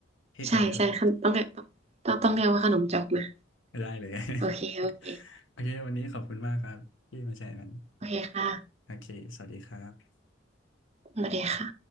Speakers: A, on the left (about 85°); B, on the right (about 35°).
A: เท่กว่าเยอะเลย
B: ใช่ใช่ขนต้องเรียกต้องต้องเรียกว่าขนมจอกนะ
A: ได้เลย
B: โอเคโอเค
A: <laughs> โอเค วันนี้ขอบคุณมากครับที่มาแชร์กัน
B: โอเคค่ะ
A: โอเค สวัสดีครับ
B: สวัสดีค่ะ